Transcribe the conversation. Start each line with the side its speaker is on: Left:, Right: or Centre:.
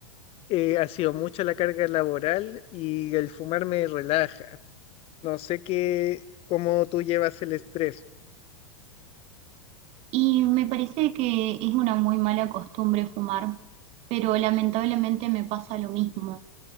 Left: eh, ha sido mucha la carga laboral y el fumar me relaja. No sé qué, cómo tú llevas el estrés.
Right: Y me parece que es una muy mala costumbre fumar, pero lamentablemente me pasa lo mismo.